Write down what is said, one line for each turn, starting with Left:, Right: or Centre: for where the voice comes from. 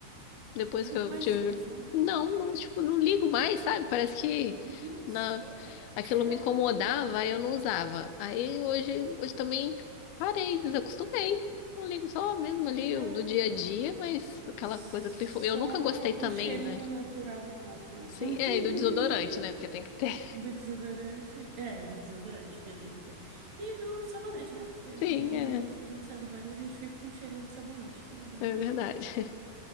Left: Depois
Right: Nunca
Left: que eu
Right: mais
Left: tive.
Right: usou perfume?
Left: Não, não, tipo, não ligo mais, sabe? Parece que
Right: Mentira!
Left: na... aquilo
Right: Caramba!
Left: me incomodava e eu não usava. Aí hoje, hoje também parei, desacostumei. Não ligo só mesmo ali
Right: Caramba!
Left: do dia a dia, mas aquela
Right: Só
Left: coisa perfume. Eu nunca gostei também,
Right: o cheirinho
Left: né?
Right: natural do corpo.
Left: Sim,
Right: <laughs>
Left: é, e do desodorante, né? Porque tem que ter.
Right: Do desodorante. É, do desodorante, porque tem que ter. E do sabonete, né? Porque
Left: <laughs> Sim,
Right: hum,
Left: é.
Right: depois que a gente sai do banho, a gente fica com cheirinho de sabonete. E é bom.
Left: É verdade.